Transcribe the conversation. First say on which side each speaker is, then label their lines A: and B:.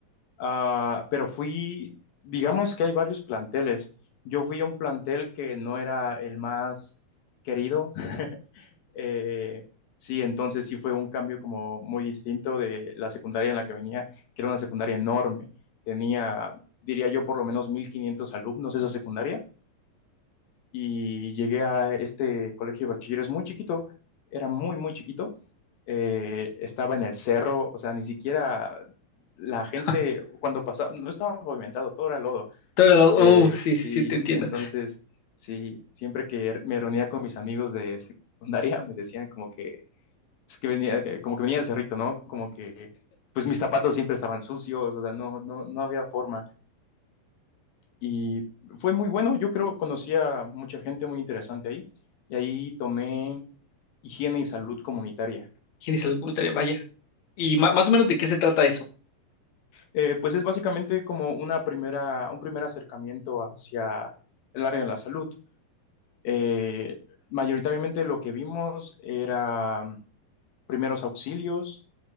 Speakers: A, on the left; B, on the left.
A: Ah, pero fui, digamos que hay varios planteles. Yo fui a un plantel que no era el más querido. <laughs> Eh, sí, entonces sí fue un cambio como muy distinto de la secundaria en la que venía, que era una secundaria enorme. Tenía, diría yo, por lo menos 1500 alumnos esa secundaria y llegué a este colegio de bachilleros muy chiquito, era muy, muy chiquito, eh, estaba en el cerro, o sea, ni siquiera la gente
B: <laughs>
A: cuando pasaba, no estaba pavimentado, todo era lodo.
B: Todo era lo-
A: Eh,
B: oh, sí,
A: sí,
B: sí, sí, te entiendo.
A: entonces, sí, siempre que er, me reunía con mis amigos de secundaria, <laughs> me decían como que, pues, que venía, que- como que venía del cerrito, ¿no? Como que, pues mis zapatos siempre estaban sucios, o sea, no, no, no había forma. Y fue muy bueno, yo creo, conocí a mucha gente muy interesante ahí y ahí tomé higiene y salud comunitaria.
B: ¿Quién hizo el comentario? Vaya. ¿Y ma- más o menos de qué se trata eso?
A: Eh, pues es básicamente como una primera, un primer acercamiento hacia el área de la salud. Eh, mayoritariamente lo que vimos era primeros auxilios,